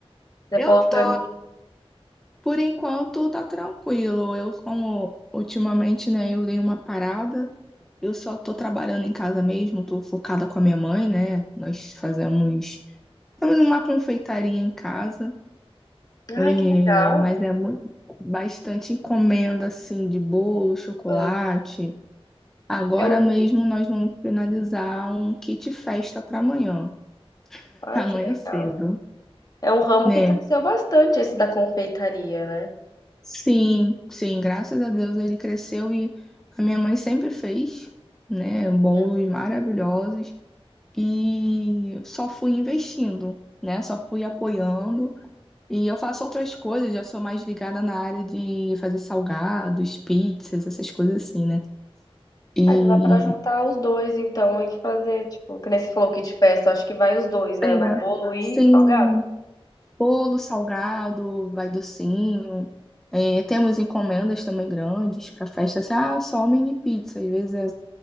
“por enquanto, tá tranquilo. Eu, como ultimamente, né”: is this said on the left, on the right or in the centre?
Centre